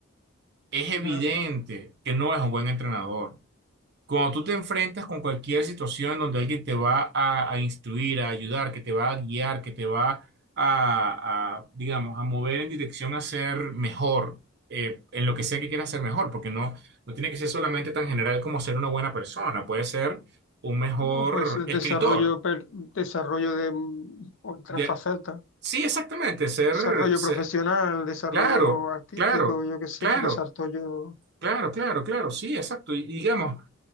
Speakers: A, on the right; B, on the left.
A: es evidente
B: Claro.
A: que no es un buen entrenador. Cuando tú te enfrentas con cualquier situación en donde alguien te va a, a instruir, a ayudar, que te va a guiar, que te va a, a, digamos, a mover en dirección a ser mejor, eh, en lo que sea que quieras ser mejor, porque no, no tiene que ser solamente tan general como ser una buena persona, puede ser un mejor
B: No, pues el
A: escritor.
B: desarrollo, per- desarrollo de mm, otras
A: De-
B: facetas,
A: sí, exactamente, ser,
B: desarrollo
A: ser-
B: profesional, desarrollo
A: claro,
B: artístico,
A: claro,
B: yo qué sé,
A: claro,
B: desarrollo
A: claro, claro, claro, sí, exacto. Y digamos,